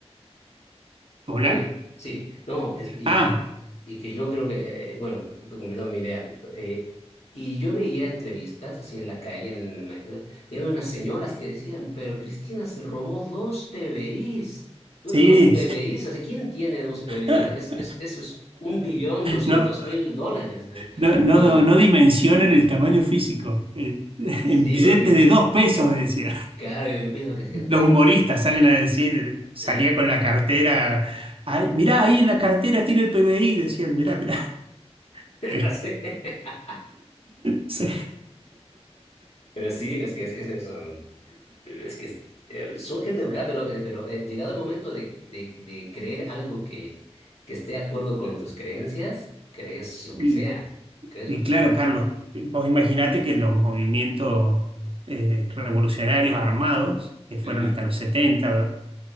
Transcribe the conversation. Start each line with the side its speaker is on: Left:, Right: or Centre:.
Right: ¿hola?
Left: Dime, sí, no, es, y,
Right: Ah,
Left: y que yo creo que, eh, bueno, lo que completaba mi idea. eh, y yo veía entrevistas así en la calle, en, el- y había unas señoras que decían, pero Cristina se robó dos PBIs, do-
Right: sí.
Left: dos PBIs, o sea, ¿quién tiene dos PBIs?
Right: <laughs>
Left: de Argen- Es, es, eso es un billón doscientos
Right: No,
Left: mil dólares. ¿eh?
Right: no, no,
Left: No,
Right: no dimensionan el tamaño físico. Eh, <laughs>
Left: sí,
Right: En billetes
Left: pero yo, pi-
Right: de dos pesos, decía.
Left: claro, yo, yo pienso que es gente,
Right: Los humoristas salen a decir, salía
Left: ¿eh?
Right: con la cartera. Ay, mirá, ahí en la cartera tiene el PBI, decían, mirá, mirá.
Left: <laughs>
Right: <laughs>
Left: Así. <laughs>
Right: Sí.
Left: Pero sí, es que es, es eso. Es que eh, son gente educada, pero, eh, pero eh, llegado el momento de, de, de creer algo que, que esté de acuerdo con tus creencias, crees lo
Right: <laughs>
Left: que sea, crees
Right: Y
Left: lo que
Right: claro,
Left: sea.
Right: Carlos, vos imaginate que los movimientos eh, revolucionarios armados, que fueron
Left: Ujú.
Right: hasta los setenta